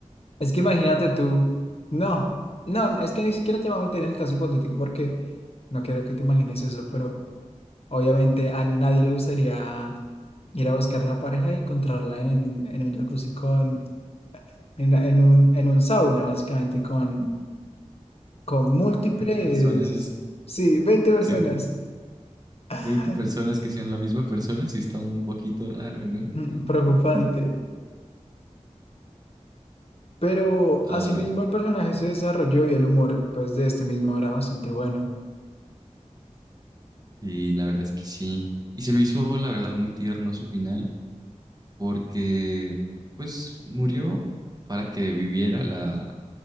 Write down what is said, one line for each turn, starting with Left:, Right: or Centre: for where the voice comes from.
Left: Es que imagínate tú. No, no, es que ni siquiera te voy a meter en el caso hipotético porque no quiero que te imagines eso, pero obviamente a nadie le gustaría ir a buscar a la pareja y encontrarla en, en un jacuzzi con, en, una- en un, en un sauna, básicamente, con, con múltiples,
Right: personas,
Left: sí, 20 personas.
Right: sí,
Left: <laughs>
Right: 20 personas que sean la misma persona, sí está un poquito raro, ¿no?
Left: Mm, Preocupante.
Right: Sí.
Left: Pero asimismo
Right: Ay,
Left: el personaje se desarrolló y el humor, pues, de este mismo era bastante bueno.
Right: y la verdad es que sí. Y se me hizo, la verdad, muy tierno su final, porque pues murió para que viviera la,